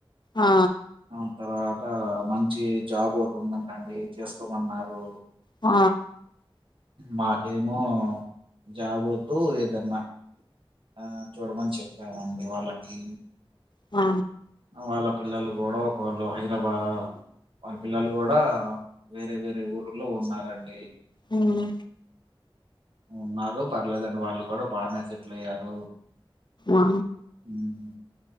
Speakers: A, on the left; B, on the right.
A: ఆ
B: ఆ తర్వాత మంచి జాబ్ ఒకటి ఉందంటండి చేసుకోమన్నారు
A: ఆ
B: మాకేమో జాబ్ వద్దు ఏదన్నా ఆ చూడమని చెప్పామండి వాళ్ళకి
A: ఆ
B: వాళ్ళ పిల్లలు కుడా ఒక్కోళ్ళు హైదరాబా వాళ్ళ పిల్లలు కూడా వేరే వేరే ఊర్లో ఉన్నారండి
A: మ్
B: ఉన్నారు పర్లేదండి వాళ్ళు కూడా బానే సెటిల్ అయ్యారు
A: ఆ
B: ఉమ్,